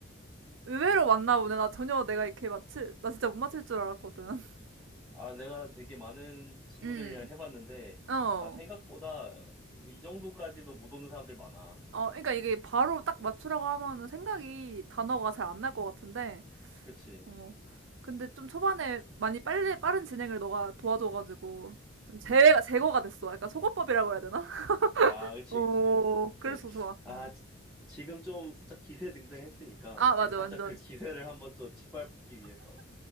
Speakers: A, on the right; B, in the centre.
A: 의외로 맞나 보네. 나 전혀 내가 이렇게 맞출, 나 진짜 못 맞출 줄 알았거든. <laughs>
B: 아, 내가 되게 많은 친구들이랑
A: 음,
B: 해봤는데,
A: 어.
B: 아, 생각보다 이 정도까지도 못 오는 사람들 많아.
A: 어, 그러니까 이게 바로 딱 맞추라고 하면은 생각이, 단어가 잘 안 날 것 같은데,
B: 그치?
A: 어. 근데 좀 초반에 많이 빨리, 빠른 진행을 너가 도와줘가지고, 좀 제외가, 제거가 됐어. 약간 소거법이라고 해야 되나? <laughs>
B: 아, 그치,
A: 오,
B: 그치, 그치. 오케이.
A: 그래서 좋아.
B: 아,
A: 음.
B: 지, 지금 좀 살짝 기세등등 했으니까,
A: 아, 맞아.
B: 이제 살짝
A: 완전.
B: 그 기세를 한번 또 짓밟기 위해서,